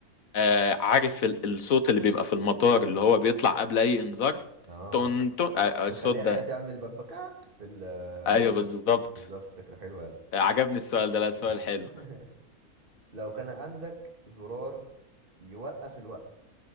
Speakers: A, on the left (about 65°); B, on the right (about 35°).
A: أه عارف ال- الصوت اللي بيبقى في المطار اللي هو بيطلع قبل أي إنذار
B: اه
A: تون تون آه، آه،
B: نخليها
A: الصوت ده
B: هي تعمل بكبكاك في ال
A: أيوه بالظبط
B: <laughs> بالظبط فكرة حلوة يلا
A: آه، عجبني السؤال ده لا سؤال حلو
B: <laughs> لو كان عندك زرار يوقف الوقت